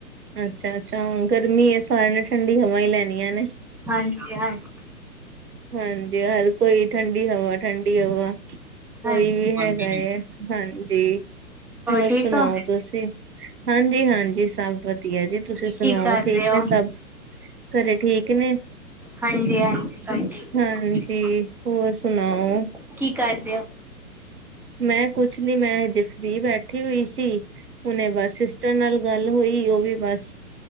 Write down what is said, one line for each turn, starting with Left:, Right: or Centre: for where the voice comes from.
Right: ਅੱਛਾ- ਅੱਛਾ। ਗਰਮੀ ਹੈ ਸਾਰਿਆਂ ਨੇ ਠੰਡੀ ਹਵਾ ਹੀ ਲੈਣੀ ਹੈ।
Centre: ਹਾਂਜੀ -ਹਾਂਜੀ।
Right: ਹਾਂਜੀ। ਹਰ ਕੋਈ ਠੰਡੀ ਹਵਾ -ਠੰਡੀ ਹਵਾ। ਕੋਈ
Centre: ਹਾਂਜੀ
Right: ਵੀ
Centre: ਕੰਟੀਨਿਊ
Right: ਹੈਗਾ, ਹਾਂਜੀ। ਹੋਰ
Centre: ਠੀਕ
Right: ਸੁਣਾਓ
Centre: ਹੋ
Right: ਤੁਸੀਂ? ਹਾਂਜੀ- ਹਾਂਜੀ। ਸਭ ਵਧੀਆ ਜੀ ਤੁਸੀਂ
Centre: ਕੀ
Right: ਸੁਣਾਓ
Centre: ਕਰ
Right: ਠੀਕ
Centre: ਰਹੇ ਹੋ
Right: ਨੇ ਸਭ? ਘਰੇ ਠੀਕ ਨੇ?
Centre: ਹਾਂਜੀ -ਹਾਂਜੀ ਸਭ
Right: ਹਾਂਜੀ
Centre: ਠੀਕ
Right: ਹੋਰ ਸੁਣਾਓ
Centre: ਨੇ। ਕੀ ਕਰਦੇ ਹੋ।
Right: ਮੈਂ ਕੁਛ ਨੀ ਮੈਂ ਹਜੇ ਫਰੀ ਬੈਠੀ ਹੋਈ ਸੀ। ਹੁਣੇ ਬਸ ਸਿਸਟਰ ਨਾਲ ਗੱਲ ਹੋਈ ਉਹ ਵੀ ਬਸ,